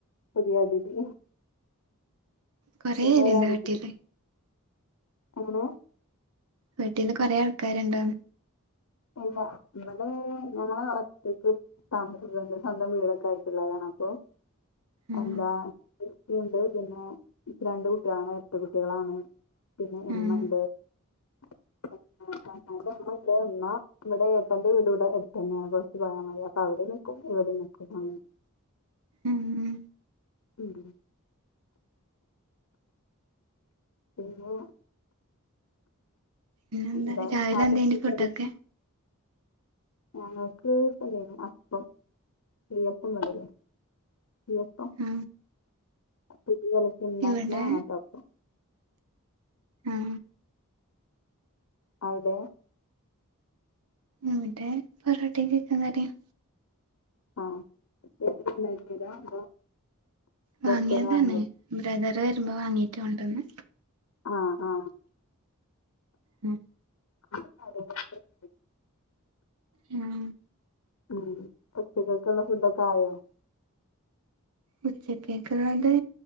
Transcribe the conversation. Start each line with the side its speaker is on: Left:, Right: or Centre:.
Left: പുതിയതിഥി
Right: കൊറേ
Left: പിന്നെരു
Right: പേരുണ്ടോ
Left: അനിയന്
Right: വീട്ടില്
Left: എങ്ങനെ
Right: വീട്ടീല് കൊറേ ആൾക്കാരുണ്ടോ
Left: ഇല്ല ഇവിടെ ഞങ്ങൾ ഒറ്റക്ക് താമസിക്കുന്നത് സ്വന്തം വീടൊക്കെ ആയിട്ടുള്ളതാണ് അപ്പൊ
Right: ഉം
Left: എന്താ ഇക്കിണ്ട് പിന്നെ രണ്ട് കുട്ടികളാണ് ഇരട്ട കുട്ടികളാണ് പിന്നെ ഉമ്മ
Right: ഉം
Left: ഉണ്ട് <unintelligible> ഉമ്മ ഇവിടെ ഏട്ടന്റെ വീട ഇവിടെ എടുത്തതന്നെയാണ് കുറച്ച് പോയാൽ മതി അപ്പ അവിടെ നിൽക്കും ഇവിടെ നിക്കും അങ്ങനെ
Right: ഉം
Left: ഉം പിന്നാ
Right: പിന്നെന്താ
Left: ന്താ
Right: രാവിലെ എന്തേനി
Left: <unintelligible>
Right: ഫുഡൊക്കെ
Left: ഞങ്ങൾക്ക് പൊന്തിനു അപ്പം <unintelligible> <unintelligible> പ്പം
Right: ആ
Left: പൊടി കലക്കി ഉണ്ടാക്കുന്നതാണോപ്പം
Right: ഇവിടെ ഉം
Left: അവിടെ
Right: ഇവിടെ പൊറോട്ടയും ചിക്കൻകറിയും
Left: ആഹ് ഇപ്പഴത്തേക്ക് ഉണ്ടാക്കിയതാ അതോ
Right: വാങ്ങിയതാണ്
Left: പുറത്തുന്ന് വാങ്ങിയതാ
Right: ബ്രദർ വരുമ്പോ വാങ്ങീട്ട് കൊണ്ടുവന്ന്
Left: ആഹ് ആഹ്
Right: ഉം
Left: അ <unintelligible>
Right: ഉം
Left: ഉം ഉച്ചകത്തേക്കുള്ള ഫുഡൊക്കെ ആയോ
Right: ഉച്ചകേക്കുള്ളത്